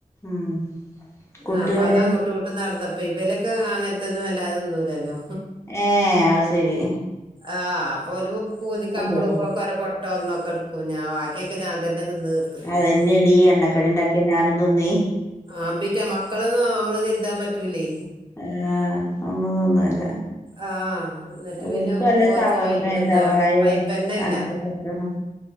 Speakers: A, on the left; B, on the right.
A: ഉം കുട്ടിയവിടെ
B: ആ അപ്പം അങ്ങട്ടു ഇങ്ങട്ടും നട്ന്നപ്പെ ഇബലൊക്കെ അങ്ങൻത്തൊന്നും വല്ലാതെ തിന്നൂലല്ലോ
A: ഏഹ് അഹ് സരി
B: ആഹ് അപ്പൊ ഒരു പൂതിക്ക് അപ്പളും
A: പോകും
B: ഇപ്പളോക്കൊ ഓരോ പൊട്ടോക്കെ ഒന്നൊക്കെട്ക്കും ഞാൻ ബാക്കിയൊക്കെ ഞാൻ തന്നെ തിന്ന് തീർത്തിക്കണത്
A: അതെന്നെടി എണ്ണക്കടി ഇണ്ടാക്കിയ ഞാനും തിന്നേ
B: ആമ്പിറ്റാ മക്കളൊന്നും ഞ മ്മള് കര്താൻ പറ്റൂലേ
A: ആഹ് ഒന്നും തിന്നൂല്ല.
B: ആ എന്നിട്ട്
A: ഓൽക്ക്
B: പിന്നെ നോക്കുമ്പോ
A: വല്ല ഷവർമെ
B: ഇച്ച് പൈ എന്താ
A: ഷവായെ
B: പൈപ്പന്നല്ല
A: അങ്ങൻത്തൊക്കെ കിട്ടണം.